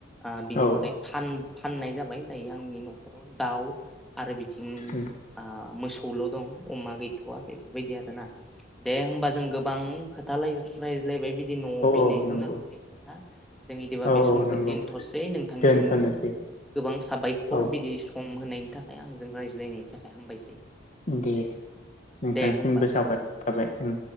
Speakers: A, in the centre; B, on the left.
A: ओ बिनि
B: औ
A: थाखाय फान फाननाय जाबाय। जायो आंनि नखराव दाउ आरो बि थिं
B: औ
A: आ मोसौ खौल दं अमा गैथवा बेफोरबायदि आरो ना। दे होमबा जों गोबां खोथ लायज्लाय लायबाय बिदि नआव फिसिनाय
B: औ
A: जुनारफोरनि
B: नंगौ
A: खोथा जों इदिबा
B: औ
A: बे
B: औ
A: समखौ
B: नंगौ
A: दिनथसै नोंथांनिसिम
B: दोनथ'नोसै
A: गोबां दैखर
B: औ
A: बिदि स सम होनायनि थाखाय आंजों रायज्लायनायनि थाखाय हामबायसै।
B: दे नोंथांसिमबो
A: दे होमबा
B: साबायखर थाबाय उम।